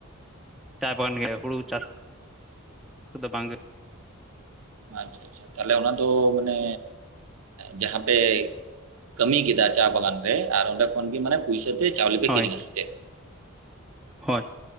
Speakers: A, in the centre; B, on the right.
A: ᱪᱟ ᱵᱟᱜᱟᱱ ᱜᱮ ᱦᱩᱲᱩ ᱪᱟᱥ ᱠᱚᱫᱚ ᱵᱟᱝᱜᱮ
B: ᱟᱪᱪᱷᱟ ᱟᱪᱪᱷᱟ ᱛᱟᱦᱞᱮ ᱚᱱᱟ ᱫᱚ ᱢᱟᱱᱮ ᱡᱟᱦᱟᱸ ᱯᱮ ᱠᱟᱹᱢᱤ ᱠᱮᱫᱟ ᱪᱟ ᱵᱟᱜᱟᱱ ᱨᱮ ᱟᱨ ᱚᱸᱰᱮ ᱠᱷᱚᱱᱜ ᱢᱟᱱᱮ ᱯᱩᱭᱥᱟᱹᱛᱮ ᱪᱟᱣᱞᱮ ᱯᱮ
A: ᱦᱳᱭ
B: ᱠᱤᱨᱤᱟ ᱥᱮ ᱪᱮᱫ
A: ᱦᱳᱭ